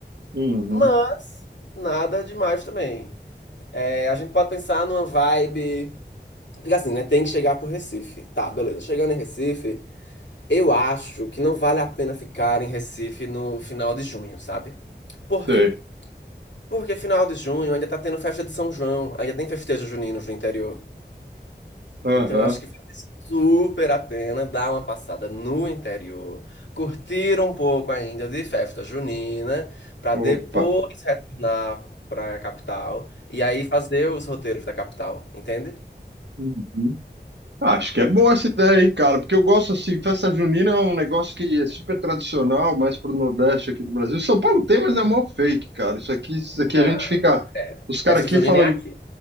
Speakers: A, on the right; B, on the left.
A: uhum,
B: Mas nada demais também. É, a gente pode pensar numa vibe, porque assim, né, tem que chegar pro Recife. Tá, beleza. Chegando em Recife, eu acho que não vale a pena ficar em Recife no final de junho, sabe? Por
A: sei.
B: quê? Porque final de junho ainda tá tendo festa de São João, ainda tem festejo juninos no interior.
A: Aham,
B: Então, eu acho que vale super a pena dar uma passada no interior, curtir um pouco ainda de festa junina, para depois
A: opa.
B: retornar para a capital e aí fazer os roteiros da capital, entende?
A: Uhum. Ah, Acho que
B: Então,
A: é boa essa ideia, hein, cara, porque eu gosto assim, festa junina é um negócio que é super tradicional, mais pro Nordeste aqui do Brasil. São Paulo tem, mas é mó fake, cara. Isso aqui, isso aqui
B: na,
A: a gente fica,
B: é,
A: os caras
B: festa
A: aqui
B: junina
A: falam
B: é aqui.
A: de